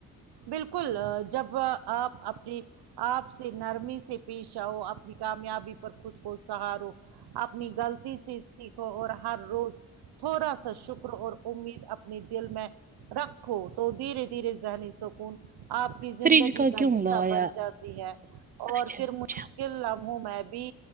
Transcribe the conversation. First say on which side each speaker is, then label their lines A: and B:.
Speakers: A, on the right; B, on the right.
A: بالکل ا جب آپ اپنی آپ سے نرمی سے پیش آو اپنی کامیابی پر خود کو سنوارو اپنی غلطی سے سیکھو اور ہر روز تھوڑا سا شکر اور امید اپ نیے دل میں رکھو تو دھیرے دھیرے ذہنی سکون آپ کی زندگی
B: فریج
A: کا
B: کیوں
A: حصہ
B: لایا
A: بن جاتی ہے اور
B: اچھا
A: پھر
B: اچھا
A: مش کل لمحوں میں بھی